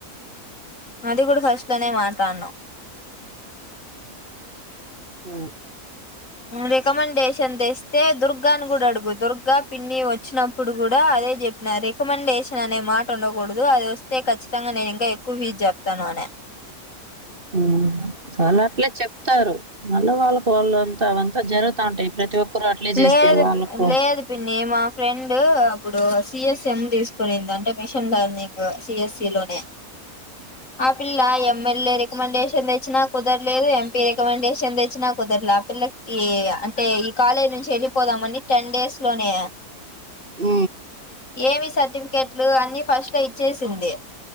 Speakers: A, on the left; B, on the right.
A: అది కూడా ఫస్ట్ లోనే మాట్లాడ్నాం
B: ఉ
A: రికమెండేషన్ తెస్తే దుర్గాని కూడా అడుగు దుర్గా పిన్ని వచ్చినప్ ప్పుడు కూడా అదే చెప్పిన రికమెండేషన్ అనే మాట ఉండకూడదు అది వస్తే ఖచ్చితంగా నేను ఇంకా ఎక్కువ ఫీజ్ చెప్ ప్తాను అనె
B: ఊమ్ వాళ్ అట్లే చెప్తారు మళ్ళ వాళ్ళు ఫోన్ లో అంత అవంతా జరుగు తాంటాయ్ ప్రతి ఒక్కరు అట్లే చేస్తే
A: లేదు
B: వాళ్ళకు
A: లేదు పిన్ని మా ఫ్రెండ్ అప్పుడు సి ఎస్సి ఎం తీసుకునింది అంటే మిషన్ లెర్నింగ్ సి ఎస్సి లోనే ఆపిల్లా ఎమ్మెల్ఏ రెకమండేషన్ తెచ్చినా కుదరలేదు ఎం పీ రికమెండేషన్ తెచ్చిన కుదరలే ఆ పిల్లకి టే ఈ కాలేజ్ నుంచి ఎళ్ళిపోదామని టెన్ డేస్ లోనే
B: ఊ
A: ఏమి సర్టిఫికెట్లు అన్ని ఫస్ట్ లో ఇచ్చేసింది